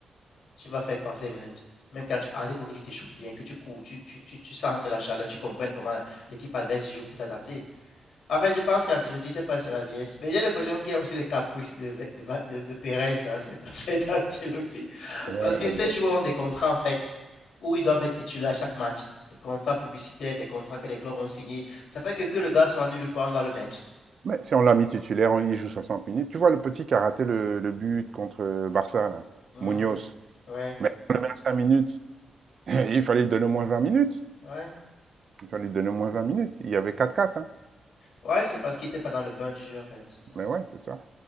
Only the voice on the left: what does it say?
Tu vas faire quoi en 5 minutes? Même quand tu arrives, il faut que tu t'échauffes bien, que tu cours, tu, tu, tu, tu sentes la chaleur, tu comprennes comment l'équipe adverse joue pour t'adapter. En fait, je pense que quand tu le dis, c'est pas c'est la vieillesse. Mais j'ai l'impression qu'il y a aussi les caprices de, de, de, de Perez dans cette <laughs> affaire d'Ancelotti.
Parce que ces joueurs ont des contrats, en fait, où ils doivent être titulaires à chaque match. Des contrats publicitaires, des contrats que les clubs ont signés. Ça fait que que le gars soit nul ou pas, on doit le mettre.
Mhm.
Ouais,
ouais.
Ouais,
Ouais, c'est parce qu'il était pas dans le bain du jeu, en fait. ça.